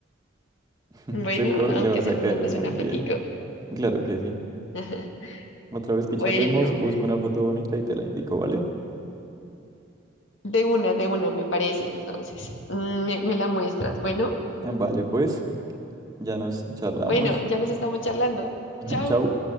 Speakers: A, on the right; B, on the left.
A: <laughs>
B: Bueno,
A: Seguro
B: aunque
A: le vas
B: sea
A: a
B: me
A: caer
B: mandas
A: muy
B: una
A: bien.
B: fotico.
A: Claro que sí.
B: <laughs>
A: Otra vez
B: Bueno,
A: que charlemos, busco una foto bonita y te la indico, ¿vale?
B: de una, de una me parece, entonces. Mm, Me, me la muestras. Bueno,
A: Vale, pues, ya nos charlamos.
B: bueno, ya nos estamos charlando.
A: <laughs>
B: Chao.
A: Chau.